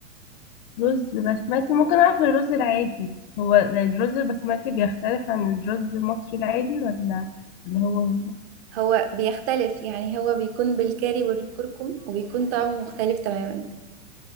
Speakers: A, on the left; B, on the right.
A: رز بسمتي ممكن أعرف الرز العادي هو الرز البسمتي بيختلف عن الرز المصري العادي ولا اللي هو هو
B: هو بيختلف يعني هو بيكون بالكاري والكركم وبيكون طعمه مختلف تماما